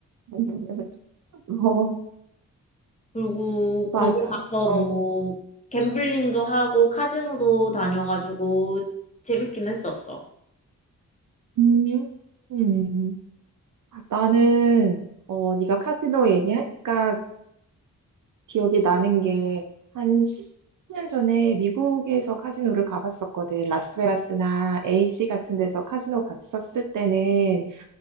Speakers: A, on the right; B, on the left.
A: <laughs> 어,
B: 그리고
A: 맞아.
B: 거기 가서
A: 어.
B: 뭐 갬블링도 하고 카지노도 다녀가지고 재밌긴 했었어.
A: 음. 음. 나는 어 네가 카지노 얘기하니까 기억이 나는 게 한 10년 전에 미국에서 카지노를 가봤었거든. 라스베가스나 AC 같은 데서 카지노 갔었을 때는